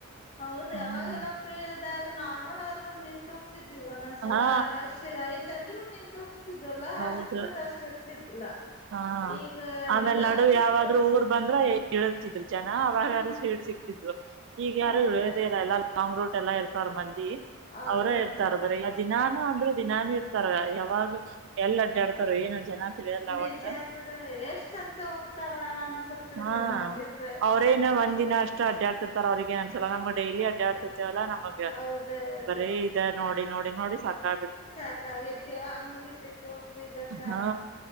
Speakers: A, on the left; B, on the right.
A: ಹೌದ
B: ಹ್ಮ್
A: ಅವಾಗೆಲ್ಲ ಫ್ರೀ ಇಲ್ದ ಆಗ ನಾರ್ಮಲ್ ಆದ್ರೂ ನಿಂತು ದಿವಿ ಒಂದೊಂದ್ಸಲ
B: ಹಾ
A: ರಷ್ ಆಯ್ತಂದ್ರು ನಿಂತು ಇತಲ್ಲ
B: ಹೌದು
A: ಅಷ್ಟು ರಷು ಇರ್ತಿದ್ದಿಲ್ಲ
B: ಹಾ
A: ಈಗ
B: ಆಮೇಲೆ
A: ನಿಲ್ಲಾಕ್ಸೈತ
B: ನಡು ಯಾವ್ದಾದ್ರು ಊರ್ ಬಂದ್ರ ಇಳುತ್ತಿದ್ರು ಜನ ಅವಾಗಾರು
A: ಹಾ
B: ಸೀಟ ಸಿಕ್ತಿದವು ಈಗ ಯಾರು
A: ಹೌದ
B: ಇಳಿಯೋದೇ ಇಲ್ಲ ಎಲ್ಲ ಲಾಂಗ್ ರೂಟ್ ಎಲ್ಲಾ ಇರ್ತಾರ ಮಂದಿ
A: ಹೌದೌದು
B: ಅವರೇ ಇರ್ತಾರ ಬರ ದಿನಾ ಅಂದ್ರೆ ದಿನಾನ ಇರ್ತಾರ ಯಾವಾಗ ಎಲ್ ಅಡ್ಡಾಡ್ತಾರ ಏನು ಜನ ತಿಳಿಯಲ್ಲ
A: ನೀಜ
B: ಒಟ್ಟ
A: ಬಿಡ ಎಷ್ಟಂತೂ ಹೋಗ್ತಾರ ಅನ್ಸತ್ತದನ್
B: ಹಾ
A: ನೋಡಿದ್ರೆ
B: ಅವ್ರೇನ
A: ಹ
B: ಒಂದ್ ದಿನ ಅಷ್ಟು ಅಡ್ಡಾ ಆಡ್ತಿರ್ತಾರ ಅವ್ರಿಗೇನ್ಂದಸಲ ನಮ್ಗೆ ಡೈಲಿ ಅಡ್ಡಾಡ್ತಿರ್ತ ವಲ್ಲ ನಮಗ
A: ಹೌದೌದು
B: ಬರೀ ಇದ ನೋಡಿ ನೋಡಿ ನೋಡಿ ಸಾಕಾ
A: ಸಾಕಾಗೈತಿ ಯಾವಗ ಮುಗಿತೈತಿ ಫ್ರೀ ಬಸ್ ಅ
B: ಹಾ